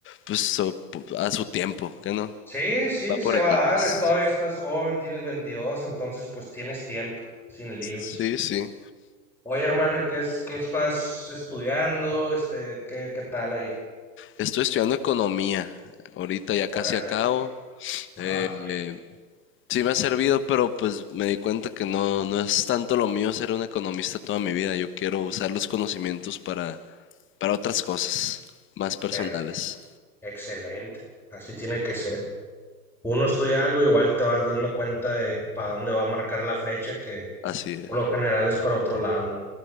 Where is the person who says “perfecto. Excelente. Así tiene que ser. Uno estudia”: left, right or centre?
Centre